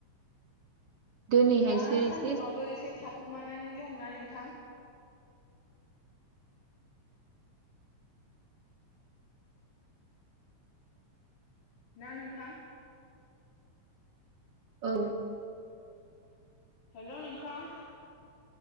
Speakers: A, on the right (about 50°); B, on the left (about 80°).
A: दिनैहायसो
B: दा सान्दुंआबो
A: एसे
B: एसे थाखुमानानै दंना नोंथां? ना नोंथां
A: औ
B: हेलौ नोंथां